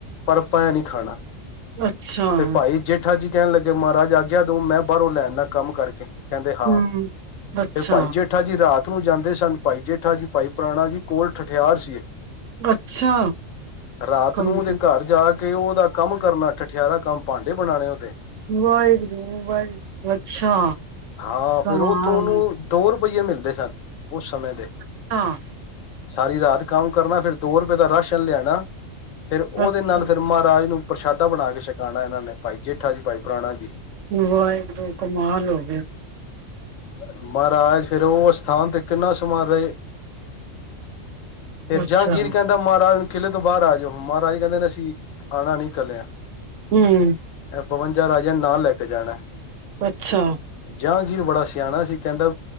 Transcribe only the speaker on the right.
ਅੱਛਾ-
ਹੂੰ, ਅੱਛਾ,
ਅੱਛਾ,
ਕਮ
ਵਾਹਿਗੁਰੂ ਵਾਹਿਗੁਰੂ ਅੱਛਾ-
ਕਮਾਲ
ਅੱਛਾ-
ਅੱਛਾ,
ਵਾਹਿਗੁਰੂ ਕਮਾਲ ਐ <unintelligible>
ਅੱਛਾ,
ਹਮ-
ਅੱਛਾ-